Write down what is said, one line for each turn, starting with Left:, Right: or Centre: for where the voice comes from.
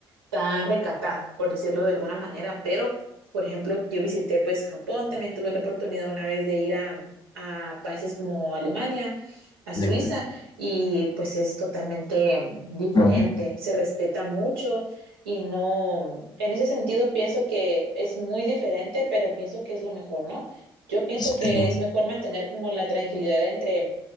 Right: tan recatada, por decirlo de alguna manera, pero, por ejemplo, yo visité pues Japón, también tuve la oportunidad una vez de ir a, a países como Alemania, a Suiza,
Left: Le-
Right: y pues es totalmente mm, diferente,
Left: no,
Right: se respeta mucho y no, en ese sentido pienso que es muy diferente, pero pienso que es lo mejor, ¿no? Yo pienso
Left: eh,
Right: que es mejor mantener como la tranquilidad entre,